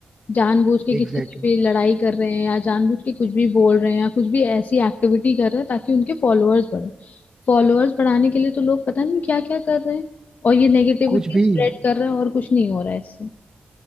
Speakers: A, on the left; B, on the right.
A: जानबूझ के
B: Exactly
A: किसी से भी
B: exactly.
A: लड़ाई कर रहे हैं या जानबूझ के कुछ भी बोल रहे हैं या कुछ भी ऐसी एक्टिविटी कर रहे हैं ताकि उनके फॉलोअर्स बढ़े फॉलोअर्स बढ़ाने के लिए तो लोग पता नहीं क्या क्या कर रहे हैं और ये नेगेटिविटी
B: कुछ भी
A: स्प्रेड कर रहे हैं और कुछ नहीं हो रहा है इससे